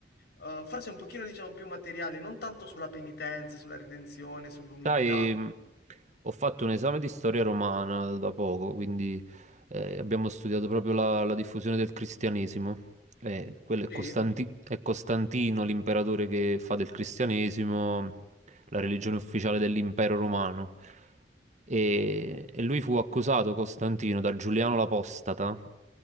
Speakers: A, on the left; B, on the right.
A: Uh, forse un pochino, diciamo, più materiale, non tanto sulla penitenza, sulla redenzione, sull'umiltà.
B: Sai, mh, ho fatto un esame di storia romana da poco, quindi eh, abbiamo studiato proprio la, la diffusione del cristianesimo. Eh, quello è
A: Sì?
B: Costanti- è Costantino, l'imperatore che fa del cristianesimo. la religione ufficiale dell'impero romano. E, e lui fu accusato, Costantino, da Giuliano l'Apostata